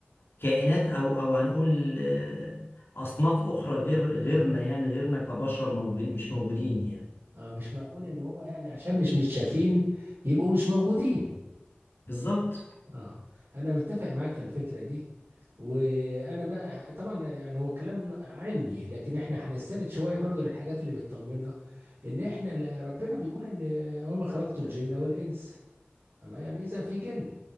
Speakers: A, on the left; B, on the right.
A: كائنات أو أو هنقول آه، أصناف أخرى غير غيرنا يعني غيرنا كبشر موجود مش موجودين يعني
B: اه مش معقول ان هو يعني عشان مش متشافين يبقوا مش موجودين
A: بالظبط
B: اه انا متفق معاك في الفكره دي وانا بقى طبعا يعني هو كلام علمي لكن احنا هنستند شويه برضو للحاجات اللي بتطمنا ان احنا لا- ربنا بيقول ان وما خلقت الجن والانس الله يعني اذا في جن